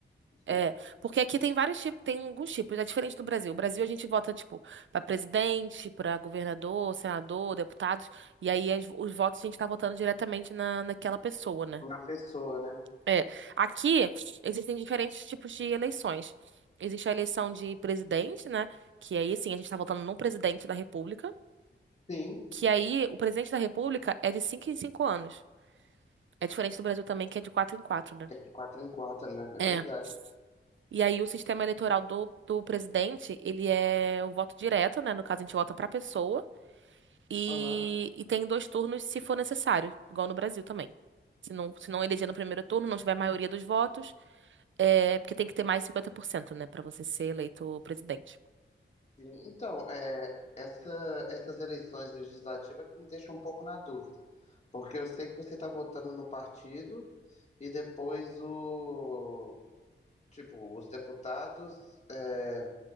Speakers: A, on the left; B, on the right.
A: sim.
B: É, porque aqui tem vários tipos, tem alguns tipos, é diferente do Brasil. O Brasil a gente vota, tipo, para presidente, para governador, senador, deputados, e aí as- os votos a gente tá votando diretamente na, naquela pessoa, né?
A: Na pessoa, né?
B: É, aqui existem diferentes tipos de eleições. Existe a eleição de presidente, né? Que aí, assim, a gente tá votando num presidente da República.
A: Sim.
B: Que aí, o presidente da República é de 5 em 5 anos. É diferente do Brasil também, que é de quatro em quatro né?
A: É de quatro em quatro, né?
B: É.
A: É verdade.
B: E aí, o sistema eleitoral do, do presidente, ele é o voto direto, né? No caso, a gente vota pra pessoa. E,
A: Aham.
B: e tem dois turnos se for necessário, igual no Brasil também. Se não, se não eleger no primeiro turno, não tiver maioria dos votos, É, porque tem que ter mais 50%, né, Pra você ser eleito presidente.
A: Sim. Então, é, essa, essas eleições legislativas que me deixam um pouco na dúvida. Porque eu sei que você está votando no partido e depois o, tipo, os deputados. é,